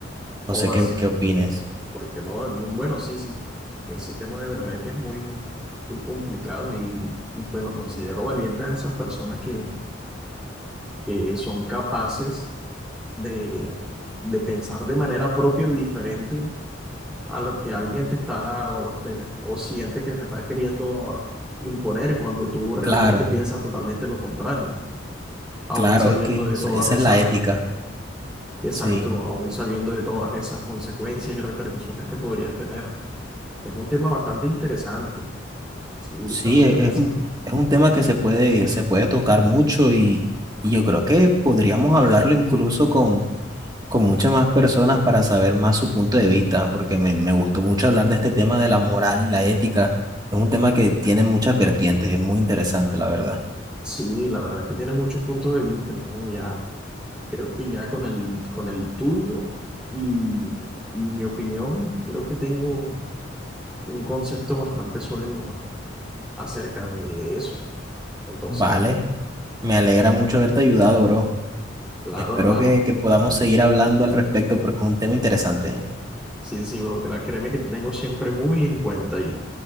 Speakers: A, in the centre; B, on the right.
A: o
B: No sé
A: así,
B: qué, qué opines.
A: porque no, bueno, sí, sí, ese tema de verdad que es muy, muy complicado y, y bueno, considero valientes a esas personas que, que son capaces de, de pensar de manera propia y diferente a lo que alguien te está o, te, o siente que te está queriendo imponer cuando tú realmente
B: Claro,
A: piensas totalmente lo contrario. aún
B: claro,
A: sabiendo
B: es que
A: de
B: esa
A: todas
B: esa
A: esas,
B: es la ética,
A: exacto,
B: sí,
A: aún sabiendo de todas esas consecuencias y repercusiones que podrías tener. Es un tema bastante interesante, sí,
B: sí,
A: está muy
B: e-
A: interesante.
B: es un, es un tema que se puede, se puede tocar mucho y, y yo creo que podríamos hablarlo incluso con, con muchas más personas para saber más su punto de vista, porque me, me gustó mucho hablar de este tema de la moral y la ética, es un tema que tiene muchas vertientes, es muy interesante, la verdad.
A: Sí, la verdad es que tiene muchos puntos de vista. y Bueno, ya creo que ya con el, con el tuyo y, y mi opinión, creo que tengo un concepto bastante sólido acerca de eso. Entonces,
B: Vale, me alegra mucho haberte ayudado, bro.
A: claro,
B: Espero
A: hermano,
B: que, que podamos seguir hablando al respecto porque es un tema interesante. ¿eh?
A: sí, sí, bro, cra- créeme que te tengo siempre muy en cuenta y,